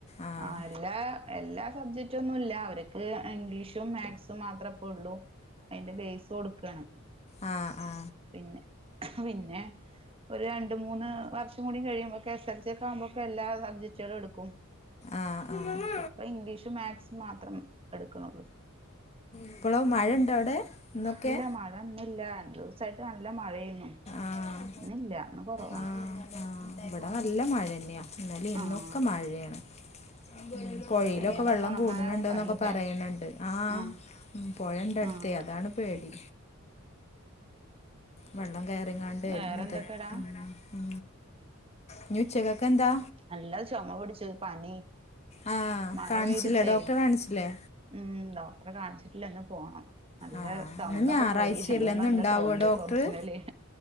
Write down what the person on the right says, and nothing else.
ആ എല്ലാ എല്ലാ സബ്ജക്ട ഒന്നുംല്ല അവർക്ക് ഇംഗ്ലീഷും മാത്സും മാത്രപ്പ ഉള്ളൂ അതിന്റെ ബേസ് കൊടുക്കാണ്
പിന്നെ പിന്നെ ഒരു രണ്ട് മൂന്ന് വർഷം കൂടി കഴിയ്പോൊക്ക എസ് എൽ സി ഒക്കെ ആുമ്പോൊക്കെ എല്ലാബ്ജക്ടുകളുംടുക്കും
ഇപ്പൊ ഇംഗ്ലീഷ് മാത്സ മാത്രം എടുക്കണള്ളു
നല്ല മഴ ഇന്നില്ല ദിവസായിട്ട് നല്ല മഴയന്നുന്നു
ഇന്നില്ല ഒന്ന് കുറവാ
ആഹ്
തുണികളൊക്കെ
ഉണങ്ങാനാവും
പണില്ലേ
ആഹ്
ആഹ്
വേറെന്തൊക്കെടാ
നല്ല ചുമ പൊടിച്ചു പനി
മഴ
പെയ്തിട്ടേ
ഉം ഡോക്ടറെ കാണിച്ചിട്ടില്ലന്ന് പോണം നല്ല
സൗണ്ടൊക്കെ
പോയി അതും
നല്ല
സൗണ്ട്
ഒറിജിനല